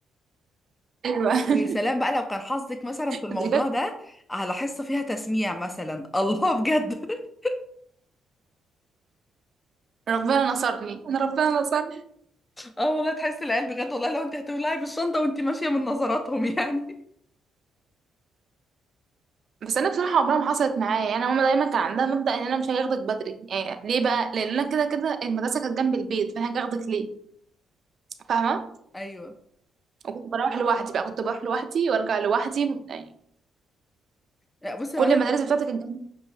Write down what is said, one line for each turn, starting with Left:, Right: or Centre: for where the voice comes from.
Right: ايوه <laughs>
Left: ويا سلام بقى لو كان حظك مثلا في الموضوع
Right: بجد
Left: ده على حصه فيها تسميع مثلا الله بجد <laughs>
Right: ربنا نصرني انا ربنا نصرني
Left: اه والله تحسي العيال بجد والله لو انت هتولعي بالشنطه وانتي ماشيه من نظراتهم يعني
Right: بس انا بصراحه عمرها ما حصلت معايا يعني ماما دايما كان عندها مبدا ان انا مش هاخدك بدري يعني ليه بقى لان انا كده كده المدرسه كانت جنب البيت فانا هاخدك ليه فاهمه
Left: <laughs> ايوه
Right: وكنت بروح لوحدي بقى كنت بروح لوحدي وارجع لوحدي يعني
Left: لا بصي
Right: كل
Left: هو انا
Right: المدارس بتاعتي كانت جنب